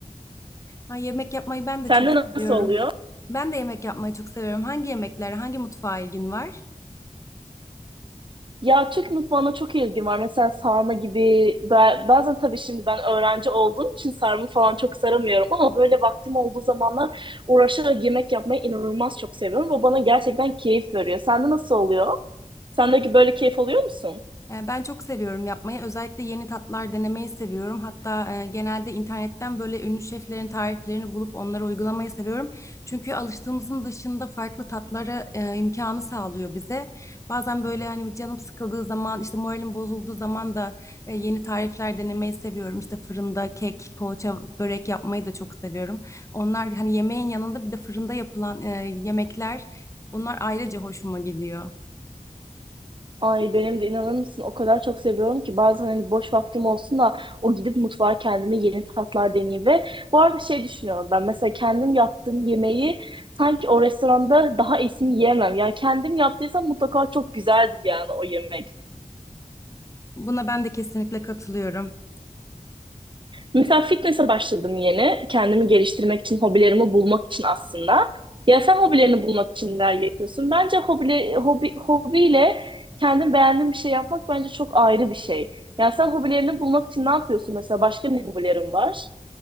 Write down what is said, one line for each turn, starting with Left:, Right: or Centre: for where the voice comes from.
Left: Ha, yemek yapmayı ben
Right: Sende
Left: de çok seviyorum.
Right: nasıl oluyor?
Left: Ben de yemek yapmayı çok seviyorum. Hangi yemeklere, hangi mutfağa ilgin var?
Right: Ya Türk mutfağına çok ilgim var. Mesela sarma gibi ba- bazen tabii şimdi ben öğrenci olduğum için sarma falan çok saramıyorum ama böyle vaktim olduğu zamanlar uğraşarak yemek yapmayı inanılmaz çok seviyorum. Bu bana gerçekten keyif veriyor. Sende nasıl oluyor? Sendeki böyle keyif alıyor musun?
Left: E, Ben çok seviyorum yapmayı. Özellikle yeni tatlar denemeyi seviyorum. Hatta e, genelde internetten böyle ünlü şeflerin tariflerini bulup onları uygulamayı seviyorum. Çünkü alıştığımızın dışında farklı tatlara e, imkanı sağlıyor bize. Bazen böyle hani canım sıkıldığı zaman, işte moralim bozulduğu zaman da e, yeni tarifler denemeyi seviyorum. İşte fırında kek, poğaça, börek yapmayı da çok seviyorum. Onlar hani yemeğin yanında bir de fırında yapılan e, yemekler, bunlar ayrıca hoşuma gidiyor.
Right: Ay benim de inanır mısın o kadar çok seviyorum ki bazen hani boş vaktim olsun da o gidip mutfağa kendime yeni tatlar deneyeyim ve bu arada şey düşünüyorum ben mesela kendim yaptığım yemeği sanki o restoranda daha iyisini yiyemem. Yani kendim yaptıysam mutlaka çok güzeldir yani o yemek.
Left: Buna ben de kesinlikle katılıyorum.
Right: Mesela fitness'e başladım yeni. Kendimi geliştirmek için, hobilerimi bulmak için aslında. Ya sen hobilerini bulmak için neler yapıyorsun? Bence hobi, hobi, hobiyle kendin beğendiğin bir şey yapmak bence çok ayrı bir şey. Ya sen hobilerini bulmak için ne yapıyorsun? Mesela başka ne hobilerin var?